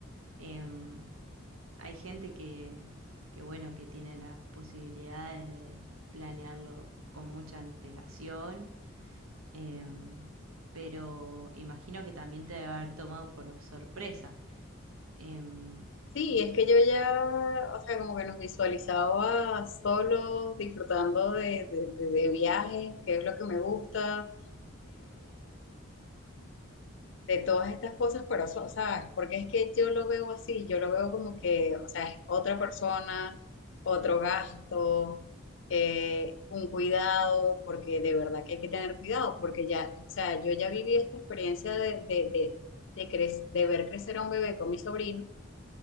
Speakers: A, on the right (about 85°); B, on the left (about 60°).
A: Em, hay gente que, que, bueno, que tiene las posibilidades de planearlo con mucha antelación Em, pero imagino que también te debe haber tomado por sorpresa. Em,
B: sí, es que yo ya, o sea, como que nos visualizaba solos, disfrutando de, de, de- de viajes, que es lo que me gusta, de todas estas cosas, pero, so- ¿sabes? Porque es que yo lo veo así, yo lo veo como que, o sea, es otra persona, otro gasto, eh, un cuidado, porque de verdad que hay que tener cuidado, porque ya, o sea, yo ya viví esta experiencia de, de, de, de, cre- de ver crecer a un bebé con mi sobrino,